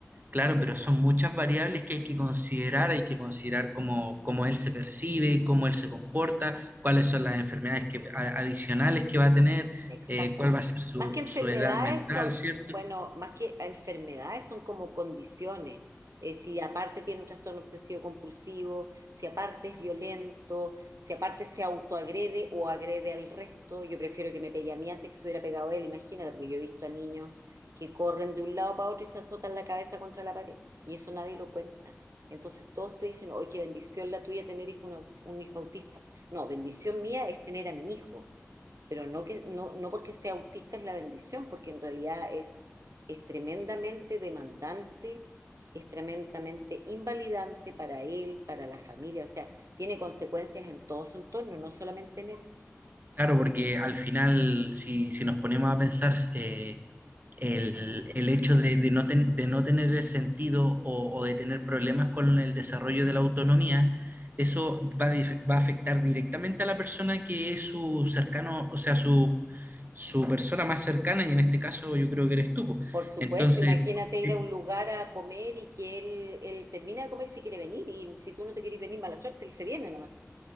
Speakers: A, on the right; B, on the right.
A: Claro, pero son muchas variables que hay que considerar, hay que considerar cómo, cómo él se percibe, cómo él se comporta, cuáles son las enfermedades que, a- adicionales que va a tener,
B: Exactamente.
A: eh, cuál va a ser su,
B: Más que enfermedades
A: su edad mental,
B: son,
A: ¿cierto?
B: bueno, más que enfermedades son como condiciones. Eh, si aparte tiene un trastorno obsesivo compulsivo, si aparte es violento, si aparte se autoagrede o agrede al resto, yo prefiero que me pegue a mí antes que se hubiera pegado a él, imagínate, porque yo he visto a niños que corren de un lado para otro y se azotan la cabeza contra la pared, y eso nadie lo cuenta. Entonces todos te dicen, oye, qué bendición la tuya tener hijo- un, au- un hijo autista. No, bendición mía es tener a mi hijo pero no que no, no porque sea autista es la bendición, porque en realidad es, es tremendamente demandante, es tremendamente invalidante para él, para la familia, o sea, tiene consecuencias en todo su entorno, no solamente en él.
A: Claro, porque al final, si, si nos ponemos a pensar, eh, el, el hecho de, de no ten- de no tener el sentido o, o de tener problemas con el desarrollo de la autonomía, eso va, a dif- va a afectar directamente a la persona que es su cercano, o sea, su, su persona más cercana, y en este caso yo creo que eres tú. po.
B: Por supuesto,
A: Entonces,
B: imagínate ir
A: eh,
B: a un lugar a comer y que él, él termina de comer si quiere venir, y si tú no te quieres venir, mala suerte, él se viene nomás.